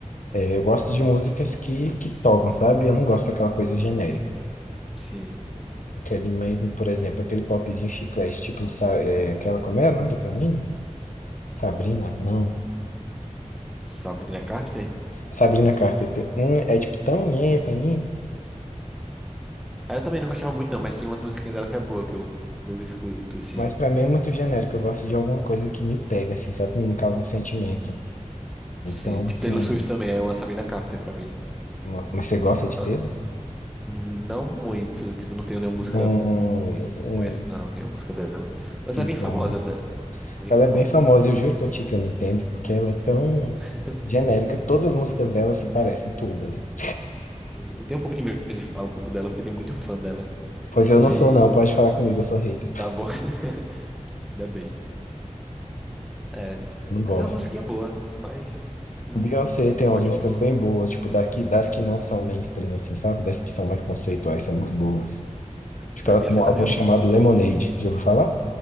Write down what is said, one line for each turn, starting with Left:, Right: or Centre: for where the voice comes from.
Left: É, eu gosto de músicas que, que tocam, sabe? Eu não gosto daquela coisa genérica.
Centre: Sim.
Left: Aquele meio, por exemplo, aquele popzinho chiclete, tipo, sa- é, aquela, como é o nome daquela mina? Sabrina? Não.
Centre: Sabrina Carpenter?
Left: Sabrina Carpenter. Hum, é tipo tão nhé pra mim,
Centre: Aí Eu também não gostava muito, não, mas tem umas musiquinhas dela que é boa, que eu, que eu escuto, assim.
Left: mas pra mim é muito genérico. Eu gosto de alguma coisa que me pega, assim, sabe? Que me causa um sentimento. Então,
Centre: Sim, tipo
Left: assim,
Centre: Taylor Swift também, é uma Sabrina Carpenter pra mim.
Left: uma- mas você gosta de
Centre: Ela-
Left: ter?
Centre: Não muito, tipo, não tenho nenhuma música,
Left: Um, um,
Centre: conheço não, nenhuma música dela. Mas
Left: que
Centre: ela
Left: bom.
Centre: é bem famosa, da- bem
Left: Ela
Centre: famosa.
Left: é bem famosa, eu juro pra ti que eu não entendo, porque ela é tão
Centre: <laughs>
Left: genérica. Todas as músicas dela se parecem, todas.
Centre: Eu tenho um pouco de medo de falar um pouco dela, porque tem muito fã dela.
Left: Pois eu
Centre: E
Left: não
Centre: aí,
Left: sou, não. Pode falar comigo, eu sou hater.
Centre: tá bom, <laughs> ainda bem. É,
Left: Eu não gosto.
Centre: até umas musiquinhas boas, mas não
Left: Beyoncé tem
Centre: gosto
Left: umas músicas
Centre: muito.
Left: bem boas, tipo, daqui, das
Centre: Sim,
Left: que não são mainstream, assim, sabe? Das que são mais conceituais, são muito boas. Tipo,
Centre: a
Left: ela
Centre: Beyoncé
Left: tem um
Centre: também,
Left: álbum
Centre: eu-
Left: chamado Lemonade. Já ouviu falar?